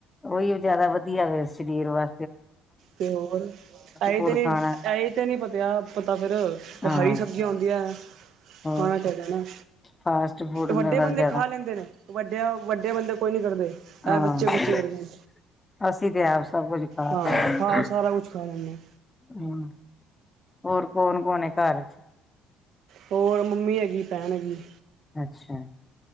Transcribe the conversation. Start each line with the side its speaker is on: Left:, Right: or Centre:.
Left: ਓਈਓ ਜਾਦਾ ਵਦੀਆ ਵੇ ਸਰੀਰ ਵਾ
Right: ਤੇ ਹੋਰ, ਆਈ
Left: ਫੂਡ
Right: ਤੇ ਨੀ,
Left: ਖਾਣਾ
Right: ਐਈ ਤੇ ਨੀ ਪਤਿਆ ਪਤਾ ਫੇਰ ਤੇ
Left: ਹਾਂ
Right: ਹਰੀ ਸਬਜੀਆਂ ਹੁੰਦੀਐ
Left: ਹੋਰ
Right: ਖਾਣਾ ਚਾਈਦੈ ਨਾ,
Left: ਫਾਸਟ ਫੂਡ
Right: ਵੱਡੇ
Left: ਦੇ ਵੱਲ
Right: ਬੰਦੇ
Left: ਜ਼ਿਆਦਾ
Right: ਖਾ ਲੈਂਦੇ ਨੇ ਵੱਡੇਆ ਵੱਡੇ ਬੰਦੇ ਕੋਈ ਨੀ ਕਰਦੇ, ਐ
Left: ਹਾਂ
Right: ਬੱਚੇ-ਕੁਛ ਕਰਦੇ ਨੇ
Left: ਅਸੀਂ ਤੇ ਆਪ ਸਬ ਕੁਝ ਖ਼ਾ
Right: ਹਾਂ
Left: ਕੇ
Right: ਖਾ ਸਾਰਾ ਕੁਛ ਖਾ ਲੈਂਦੇ
Left: ਹੂੰ, ਹੋਰ ਕੌਣ-ਕੌਣ ਐ ਘਰ ਏਚ?
Right: ਤੇ ਹੋਰ ਮੰਮੀ ਐਗੀ, ਭੈਣ ਐਗੀ।
Left: ਅੱਛਾ,